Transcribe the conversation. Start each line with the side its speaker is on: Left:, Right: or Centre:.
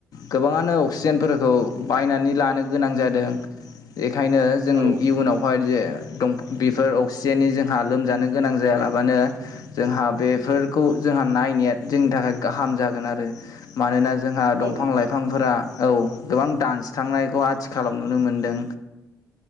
Left: गोबाङानो अक्सिजेनफोरखौ बायनानै लानो गोनां जादों। बेखायनो जों
Right: औ
Left: इयुनावहाय जे दं बेफोर अक्सिजेननि जोंहा लोमजानो गोनां जायालाबानो जोंहा बेफोरखौ जोंहा नायनाया जोंनि थाखाय गाहाम जागोन आरो मानोना जोंहा
Right: औ
Left: दंफां-लाइफांफोरा
Right: नोंथां
Left: औ गोबां दानस्रांनायखौ आथिखालाव नुनो मोनदों।